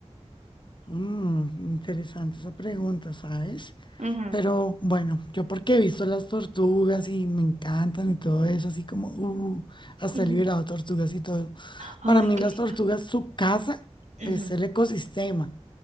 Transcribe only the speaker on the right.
Ujú,
ujú.
Ay,
qué
lindo.
Ujú,